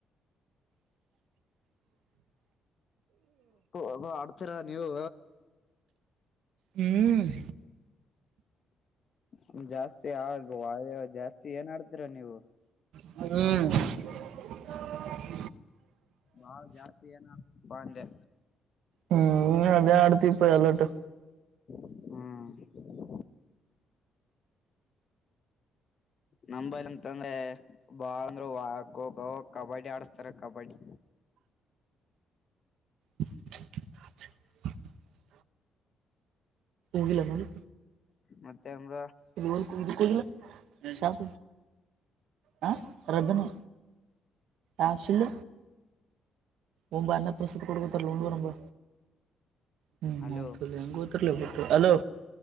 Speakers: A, on the right; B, on the left.
A: <unintelligible>
B: ಅದು ಆಡ್ತೀರಾ ನೀವು
A: ಹ್ಮ್
B: ಹ್ಮ್ ಜಾಸ್ತಿ ಆ ಜಾಸ್ತಿ ಏನ್ ಆಡ್ತರ ನೀವು
A: ಹ್ಮ್
B: ಬಾಳ ಜಾಸ್ತಿ ಏನ್ ಆಡ್ತೀನಪ್ಪಾ ಅಂದೆ
A: ಹ್ಮ್ ಅದ ಅಡ್ತಿ ಇಪ ಅಲ್ಲಟ್ಟು
B: ಹ್ಮ್ ನಮಂಬೈಲ್ ಅಂತಂದ್ರೆ ಬಾಳ್ ಅಂದ್ರರು ಖೋಖೋ ಕಬಡ್ಡಿ ಆಡಸ್ತಾರ ಕಬಡ್ಡಿ
A: <inaudible> ಹೋಗಿಲ್ಲ ನಾನು
B: ಮತ್ತೆ ಅ್ರ
A: ಇ ಇ ಕೊಲ್ಲ ಸಪ ಹ ರಬಿನಿ ಹಶಿಲ್ಲ ಒಂಬ ಅನ್ನ ಪ್ರಸ್ತತಿ ಕೊಡ್ಕೊತಾರಲ್ಲ ಉಂಡಗ ನಂಬ ಹ್ಮ್
B: ಹಲೋ
A: ಮಾತಲ್ಲ ಹೆಂಗ ಗೊತ್ತರ್ಲ ಬಿಟ್ಟು ಅಲೋ